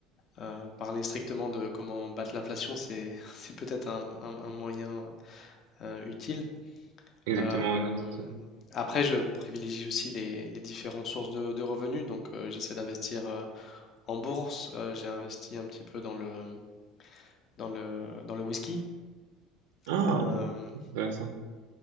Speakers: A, on the left; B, on the right.
A: euh, parler strictement de comment battre l'inflation, c'est <laughs> c'est peut-être un, un- un moyen euh, utile.
B: exactement.
A: Euh,
B: ouais, non, tout ça.
A: après, je privilégie aussi les, les différentes sources de, de revenus. Donc, euh, j'essaie d'investir euh, en bourse. Euh, j'ai investi un petit peu dans le, dans le, dans le whisky.
B: Ah,
A: Euh,
B: intéressant.